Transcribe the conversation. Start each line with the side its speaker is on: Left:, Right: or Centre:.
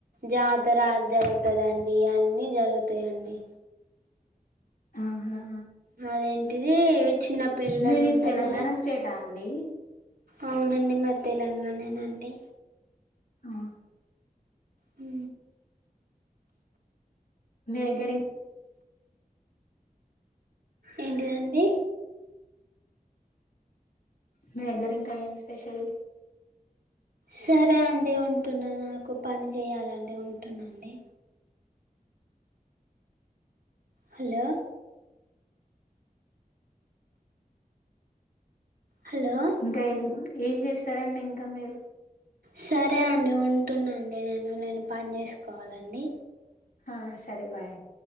Right: జా అంత రాజ అంత గా అండి అన్ని జరుగుతాయ అండి
Left: అవునా
Right: అదేంటిది చిన్న పిల్లలు
Left: మీది
Right: ఉంటారు
Left: తెలంగాణ
Right: కద
Left: స్టేటా అండి
Right: అవునండి మా తెలంగాణనేండి
Left: ఆహా
Right: ఊ
Left: నీ దగ్గరిన్
Right: ఏంటిదండి
Left: మీ దగ్గర ఇంకా ఏం స్పెషల్
Right: సరే అండి ఉంటున్నాను నాకు పని చేయాలండి ఉంటున్నా అండి హలో హలో
Left: ఇంకా ఏం ఏం చేస్తారండి ఇంకా మీరు
Right: సరే అండి ఉంటుండండి నేను నేను పని చేసుకోవాలండి
Left: హా సరే బాయ్